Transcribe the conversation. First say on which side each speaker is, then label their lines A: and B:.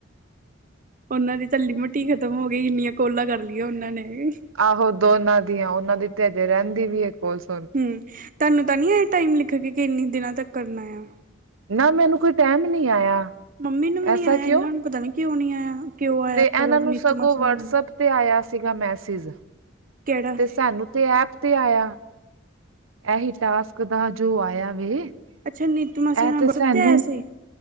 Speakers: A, on the right (about 45°); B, on the right (about 85°).
A: ਉਹਨਾਂ ਦੀ ਤਾਂ ਲਿਮੀਟ ਹੀ ਖਤਮ ਹੋ ਗਈ ਇੰਨੀਆਂ ਕੋਲਾਂ ਕਰ ਲਈਆਂ ਉਹਨਾਂ ਨੇ
B: ਆਹੋ ਦੋਨਾਂ ਦੀਆਂ ਉਹਨਾਂ ਦੀ ਤੇ ਹਜੇ ਰਹਿੰਦੀ ਵੀ ਐ ਕੋਲਸ।
A: ਹੂੰ, ਤਾੱਨੂੰ ਤਾਂ ਨੀ ਇਹ ਟਾਈਮ ਲਿਖ ਕੇ, ਈਂਨੀ ਦਿਨਾਂ ਤੱਕ ਕਰਨਾ ਯਾਂ?
B: ਨਾ ਮੈਨੂੰ ਕੋਈ ਟਾਇਮ ਨੀਂ ਆਇਆ
A: ਮੰਮੀ ਨੂੰ ਵੀ ਨੀ
B: ਐਸਾ
A: ਆਇਆ
B: ਕਿਉਂ
A: ਇਹਨਾਂ ਨੂੰ ਪਤਾ ਨੀ ਕਿਉਂ ਨੀ ਆਇਆ, ਕਿਉਂ ਆਇਆ
B: ਤੇ ਇਹਨਾਂ
A: ਹੈਗਾ ਵਿਵਨੀਤ
B: ਨੂੰ ਸਗੋਂ
A: ਮਾਸੀ
B: ਵਟਸਐਪ
A: ਉਹਨਾਂ ਨੂੰ।
B: ਤੇ ਆਇਆ ਸੀਗਾ ਮੈਸੇਜ਼,
A: ਕਿਹੜਾ
B: ਤੇ ਸਾਨੂੰ ਤੇ ਐਪ ਤੇ ਆਇਆ। ਐਹੀ ਟਾਸਕ ਦਾ ਜੋ ਆਇਆ ਵੇ
A: ਅੱਛਾ ਨੀਤੂ
B: ਇਹ
A: ਮਾਸੀ ਦਾ
B: ਤੇ ਸਾਨੂੰ
A: ਬਸ ਉਤੇ ਆਯਾ ਸੀ?